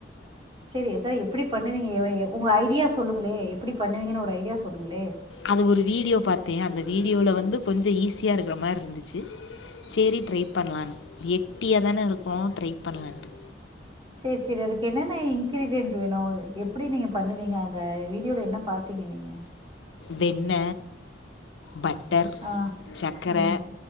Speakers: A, on the right; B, on the left.
A: செரி எதா எப்படி பண்ணுவீங்க உங்க ஐடியா சொல்லுங்ளே எப்டி பண்ணுவீங்கன்னு ஒரு ஐடியா சொல்லுங்களே
B: அது ஒரு வீடியோ பாத்தே அந்த வீடியோவுல வந்து கொஞ்ச ஈஸியா இருக்கிற மாதிரி இருந்துச்சு சரி ட்ரை பண்ணலான்னு வெட்டியா தானே இருக்கோ ட்ரை பண்ணலான்ட்டு
A: செரி செரி அதுக்கு என்னென்ன இன்கிரீடியன்ட் வேணு எப்டி நீங்க பண்ணுவீங்க அந்த வீடியோல என்ன பாத்தீங்க நீங்க
B: வெண்ண பட் ட்டர்
A: ஆ
B: சக்கர
A: ம்